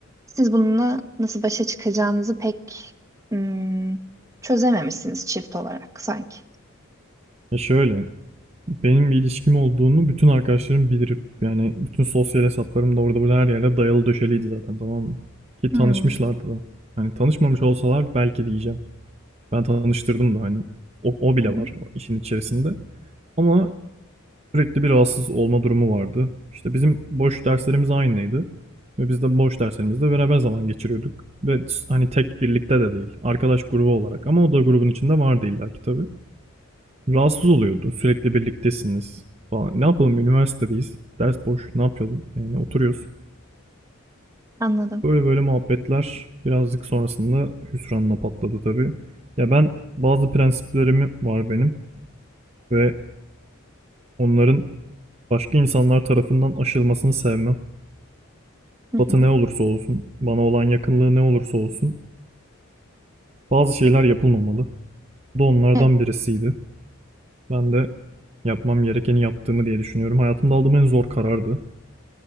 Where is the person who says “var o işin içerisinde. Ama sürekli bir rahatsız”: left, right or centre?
Right